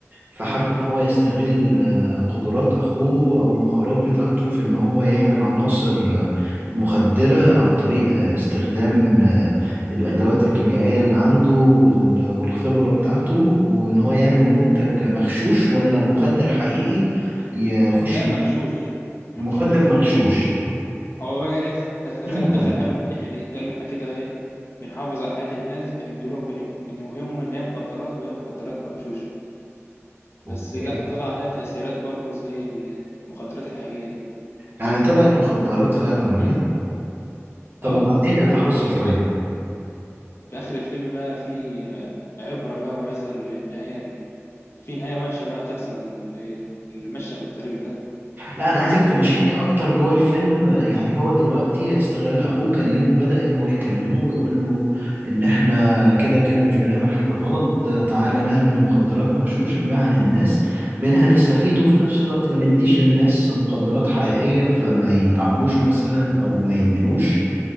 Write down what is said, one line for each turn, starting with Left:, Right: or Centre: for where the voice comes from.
Right: فحب
Left: امم
Right: ان هو يستغل آه، قدرات اخوه او المهارات بتاعته في ان هو يعمل عناصر آه، مخدرة عن طريق آه، استخدام آه، الادوات الكيميائية اللي عنده وال- والخبرة بتاعته وان هو يعمل منتج مغشوش ولا مخدر حقيقي يخش
Left: لا مغشوش مغشوش
Right: مخدر مغشوش
Left: هو هو بقى ايه دخل
Right: مش
Left: دخل-
Right: مخدر
Left: دخلها له من الناحيه دي قال له احنا كده ايه بنحافظ على حياه الناس بندولهم بن- بنوهمهم ان هي مخدرات وهي مخدرات مغشوشه بس
Right: اوكي
Left: لا طلع عليها تأثيرات برضو زي المخدرات الحقيقية دي
Right: يعني طلعت مخدرات فعلا بجد
Left: مم.
Right: طب
Left: اه
Right: وبعدين
Left: و-
Right: ايه اللي حصل طيب
Left: و- وفي آخر الفيلم بقى في آه، عبرة بقى وعظة للنهاية في نهاية وحشة بقى هتحصل لل- اللي ماشية في الطريق ده
Right: لا انا عايزك
Left: وفي
Right: تمشيني اكتر جوه الفيلم يعني هو دلوقتي استغل اخوه كلمه بدأ ان هو يكلمه ويقول له ان احنا كده كده مش بنعمل حاجة غلط تعالى نعمل مخدرات مغشوش نبيعها للناس منها نستفيد وفي نفس الوقت ما نديش للناس مخدرات حقيقية فما يتعبوش مثلا او ما يدمنوش